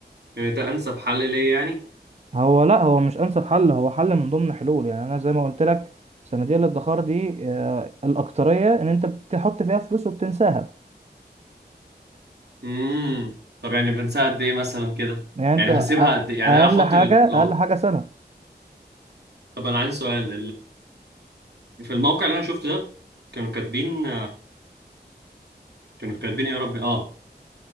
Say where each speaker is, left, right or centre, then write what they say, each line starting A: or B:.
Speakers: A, on the right; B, on the right.
A: ان ده انسب حل ليه يعني؟
B: هو لا هو مش انسب حل هو حل من ضمن حلول يعني انا زي ما قلت لك صناديق الادخار دي آه، الاكتريه ان انت بتحط فيها فلوس وبتنساها
A: امم طب يعني بنساعد قد ايه مثلا كده؟
B: يعني انت
A: يعني
B: أ-
A: هسيبها قد ايه؟ يعني
B: اقل
A: انا احط
B: حاجه
A: ال... لو
B: اقل حاجه سنه
A: طب انا عندي سؤال في الموقع اللي انا شفته ده كانوا كاتبين كانوا كاتبين إيه يا ربي اه